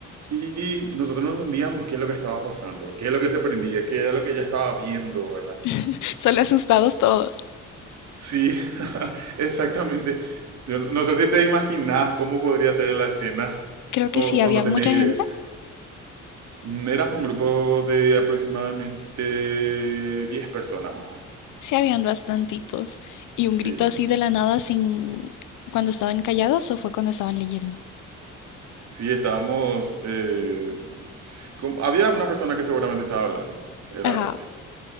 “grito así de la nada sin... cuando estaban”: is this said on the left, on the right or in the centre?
Left